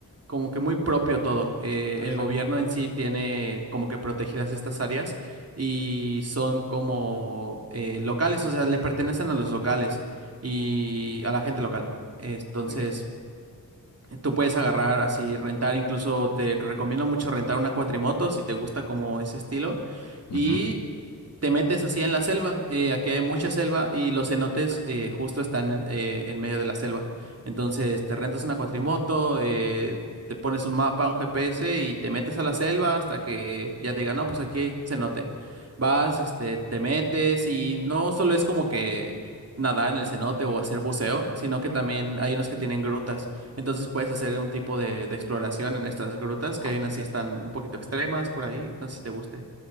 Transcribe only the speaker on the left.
perfecto,
muy bien.
Ujú,
Ah,
muy bien.